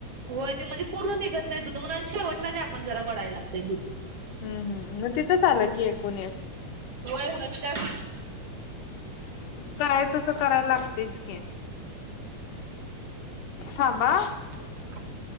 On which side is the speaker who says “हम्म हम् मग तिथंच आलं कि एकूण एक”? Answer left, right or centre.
Left